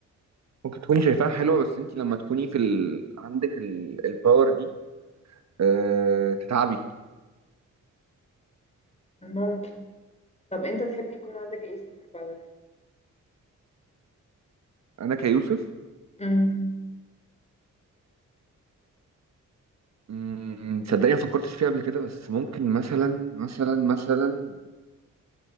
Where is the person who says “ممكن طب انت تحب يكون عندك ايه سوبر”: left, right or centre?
Left